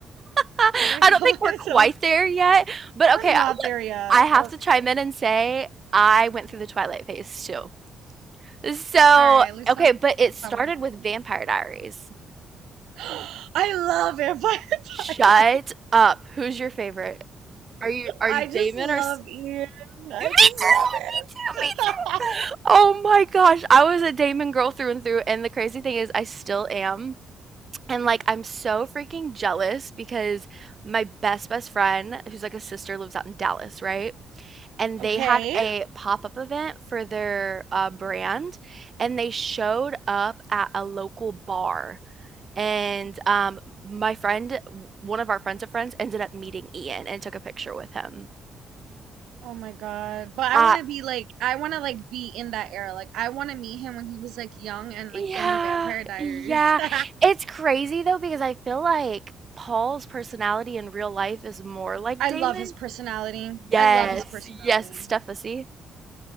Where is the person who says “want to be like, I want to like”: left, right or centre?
Right